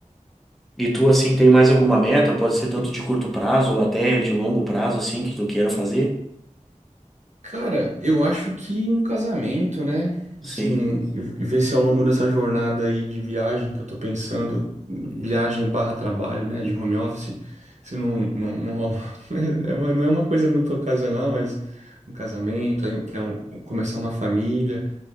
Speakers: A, in the centre; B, on the right (about 65°).
A: E tu, assim, tem mais alguma meta? Pode ser tanto de curto prazo ou até de longo prazo, assim, que tu queira fazer?
B: Cara, eu acho que um casamento, né?
A: Sim.
B: Assim, ver se ao longo dessa jornada aí de viagem que eu tô pensando, viagem barra trabalho, né? De home office, se não, não, não rola. <laughs> É uma- não é uma coisa muito ocasional, mas um casamento, aí criar um, começar uma família,